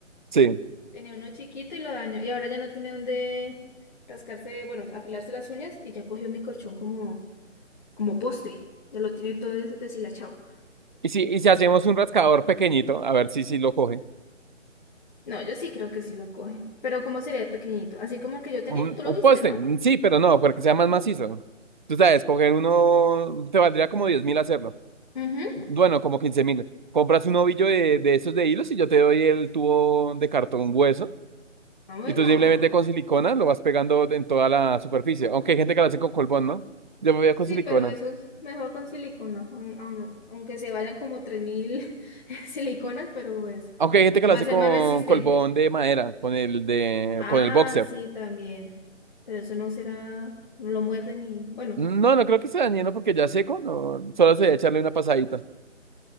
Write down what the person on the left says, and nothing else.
Tenía uno chiquito y lo dañó y ahora ya no tiene dónde rascarse, bueno, afilarse las uñas y ya cogió mi colchón como como poste. Ya lo tiene todo des- deshilachado.
No, yo sí creo que sí lo coge, pero como sería pequeñito, así como el que yo tenía,
tú
lo viste,
¿no?
Ujú.
Ah, bueno.
Sí,
pero eso es mejor con silicona, aun- aun- aunque se vayan como 3000 <laughs> siliconas, pero pues
va
a ser
más resistente.
Ah,
sí, también. Pero eso no será, no lo muerden y bueno,